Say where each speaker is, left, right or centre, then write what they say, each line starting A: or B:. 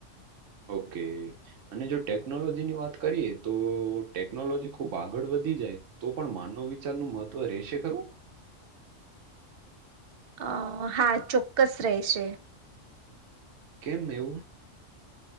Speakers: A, on the right; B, on the right.
A: ઓકે અને જો ટેકનોલોજીની વાત કરીએ, તો ટેકનોલોજી ખૂબ આગળ વધી જાય. તો પણ માનવ વિચારનું મહત્વ રહેશે ખરું?
B: અ હા ચોક્કસ રહેશે.
A: કેમ એવું?